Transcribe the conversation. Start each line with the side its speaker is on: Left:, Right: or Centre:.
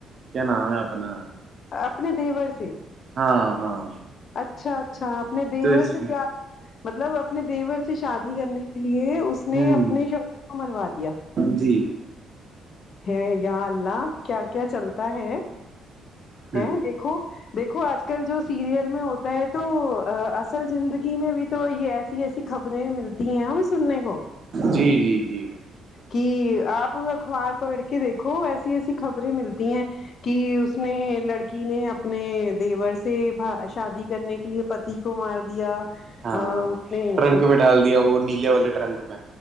Right: کیا نام ہے اپنا
Left: اپنے دیور سے
Right: ہاں ہاں
Left: اچھا اچھا اپنے دیور
Right: تو اس
Left: سے
Right: لیے
Left: پیار مطلب اپنے دیور سے شادی کرنے کے لیے اس نے
Right: ہوں
Left: اپنے شبد کو منوا دیا
Right: جی
Left: ہے یا اللہ کیا کیا چلتا ہے
Right: ہ
Left: ہے دیکھو دیکو آج کل جو سیریل میں ہوتا ہے تو اصل زندگی میں بھی تو یہ ایسی ایسی خبریں ملتی ہیں ہمیں سننے کو
Right: جی جی جی
Left: کہ آپ اخبار پکڑ کے دیکھو ایسی ایسی خبریں ملتی ہیں کہ اس میں نے اپنے دیور سے شادی کرنے کے لیے پتی کو مار دیا
Right: ہاں
Left: اس نے
Right: ٹرنک
Left: اس
Right: میں ڈال دیا وہ نیلے والے ٹرنک میں